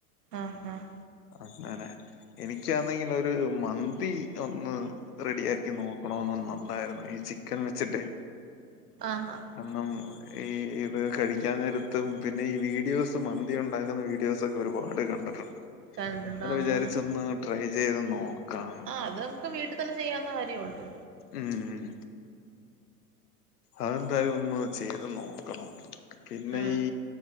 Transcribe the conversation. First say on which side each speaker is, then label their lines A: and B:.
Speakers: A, on the right; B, on the left.
A: ആഹ് ആഹ്
B: അങ്ങനെ എനിക്കാന്നെങ്കിൽ ഒരു മന്തി ഒന്ന് റെഡിയ ആക്കി നോക്കണോന്നുന്നു ഉണ്ടായിരുന്നു ഈ ചിക്കൻ വെച്ചിട്ടേ
A: ആഹാ
B: കണം ഈ ഇത് കഴിക്കാൻ നേരത്തും പിന്നെ ഈ വീഡിയോസും മന്തി ഉണ്ടാക്കുന്ന വീ ഡിയൊസൊക്കെ ഒരുപാട് കണ്ടിട്ടുണ്ട്
A: കണ്ടിട്ടുണ്ടോന്ന്
B: അങ്ങനെ വിചാരിച്ച് ഒന്ന് ട്രൈ ചെയ്ത് നോക്കാം
A: ആഹ് അത് നമുക്ക് വീട്ടിൽ തന്നെ ചെയ്യാവുന്ന കാര്യ ഉള്ളൂ
B: ഉം ഉം അതെന്തായാലും ഒന്ന് ചെയ്ത് നോക്കണോന്ന പിന്നെ
A: ആഹ്
B: ഈ